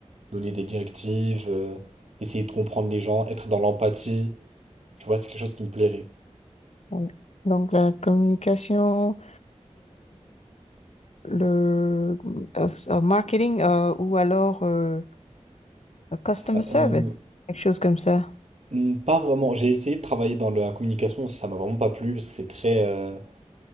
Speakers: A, on the right; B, on the left.
A: donner des directives, euh, essayer de comprendre les gens, être dans l'empathie. Tu vois, c'est quelque chose qui me plairait.
B: Oui. Donc, la communication, le euh, euh, marketing euh, ou alors euh, le customer
A: Euh,
B: service, quelque chose comme ça.
A: Hmm, Pas vraiment. J'ai essayé de travailler dans la communication, ça m'a vraiment pas plu parce que c'est très, euh,